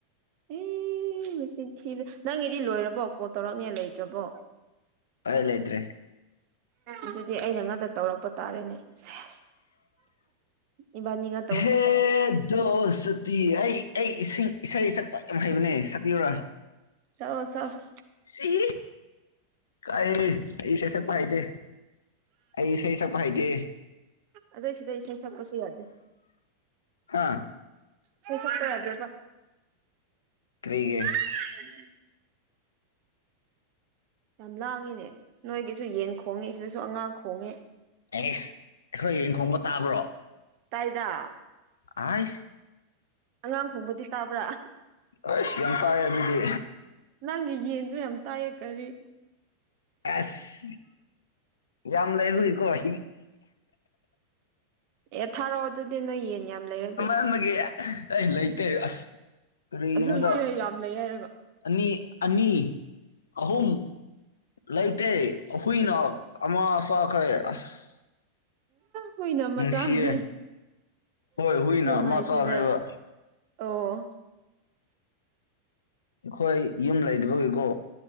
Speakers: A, on the right (about 45°); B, on the left (about 70°).
A: ꯍꯤ ꯃꯆꯤꯟ ꯊꯤꯕ ꯅꯪꯒꯤꯗꯤ ꯂꯣꯏꯔꯕꯣ ꯀꯣꯜ ꯇꯧꯔꯛꯅꯤꯉꯥꯏ ꯂꯩꯇ꯭ꯔꯕꯣ
B: ꯑꯩ ꯂꯥꯏꯇ꯭ꯔꯦ
A: ꯑꯗꯨꯗꯤ ꯑꯩꯅ ꯉꯥꯛꯇ ꯇꯧꯔꯛꯄ ꯇꯥꯔꯦꯅꯦ ꯁꯦꯁ ꯏꯕꯥꯅꯤꯒꯥ
B: ꯍꯦꯠ ꯗꯣꯁꯇꯤꯟ ꯑꯩ ꯑꯩ ꯏꯁꯤꯡ ꯏꯁꯩ ꯁꯛꯄ ꯌꯥꯝ ꯍꯩꯕꯅꯦ ꯁꯛꯄꯤꯌꯨꯔꯥ
A: ꯁꯛꯑꯣ ꯁꯛꯑꯣ
B: ꯁꯤ ꯀꯥꯏ ꯑꯩ ꯏꯁꯩ ꯁꯛꯄꯥ ꯍꯩꯇꯦ ꯑꯩ ꯏꯁꯩ ꯁꯛꯄ ꯍꯩꯇꯦ
A: ꯑꯗꯩꯩ ꯁꯤꯗ ꯏꯁꯩ ꯁꯛꯄꯁꯨ ꯌꯥꯗꯦ
B: ꯍꯥꯥ
A: ꯏꯁꯩ ꯁꯛꯄꯥ ꯌꯗꯦꯕꯥ
B: ꯀ꯭ꯔꯤꯒꯤ
A: <unintelligible> ꯌꯥꯝ ꯂꯥꯡꯉꯤꯅꯦ ꯅꯣꯏꯒꯤꯁꯨ ꯌꯦꯟ ꯈꯣꯡꯉꯤ ꯁꯤꯗꯁꯨ ꯑꯉꯥꯡ ꯈꯣꯡꯉꯤ
B: ꯑꯩꯁ ꯑꯩꯈꯣꯏ ꯌꯦꯟ ꯈꯣꯡꯕ ꯇꯥꯕ꯭ꯔꯣ
A: ꯇꯥꯏꯗ
B: ꯑꯥꯏꯁ
A: ꯑꯉꯥꯡ ꯈꯣꯡꯕꯗꯤ ꯇꯥꯕ꯭ꯔꯥ
B: ꯑꯁ ꯌꯥꯝ ꯇꯥꯏ ꯑꯗꯨꯗꯤ
A: ꯅꯪꯒꯤ ꯌꯦꯟꯁꯨ ꯌꯥꯝ ꯇꯥꯏꯑ ꯀꯔꯤ
B: ꯑꯁ ꯌꯥꯝ ꯂꯩꯕꯒꯤꯀꯣ ꯍ
A: ꯑꯦ ꯊꯥꯔꯛꯑꯣ ꯑꯗꯨꯗꯤ ꯅꯣꯏ ꯌꯦꯟ ꯌꯥꯝ ꯂꯩꯔꯗꯤ
B: ꯑꯃꯒꯤ ꯑꯩ ꯂꯩꯇꯦ ꯑꯁ ꯀꯔꯤꯒꯤꯅꯣꯗ
A: ꯂꯩꯇꯦ ꯌꯥꯝ ꯂꯩ ꯍꯥꯏꯔꯒ
B: ꯑꯅꯤ ꯑꯅꯤ ꯑꯍꯨꯝ ꯂꯩꯇꯦ ꯑꯍꯨꯏꯅ ꯑꯃ ꯆꯥꯈ꯭ꯔꯦ ꯑꯁ
A: ꯍꯨꯏꯅ ꯃꯆꯥ
B: ꯅꯨꯡꯁꯤꯌꯦ
A: ꯆꯥꯈ꯭ꯔꯦ
B: ꯍꯣꯏ ꯍꯨꯏꯅ
A: ꯅꯨꯡꯉꯥꯏꯇꯦꯗ
B: ꯑꯃ ꯆꯥꯈ꯭ꯔꯦꯕ
A: ꯑꯣ
B: ꯑꯩꯈꯣꯏ ꯌꯨꯝ ꯂꯩꯗꯕꯒꯤꯀꯣ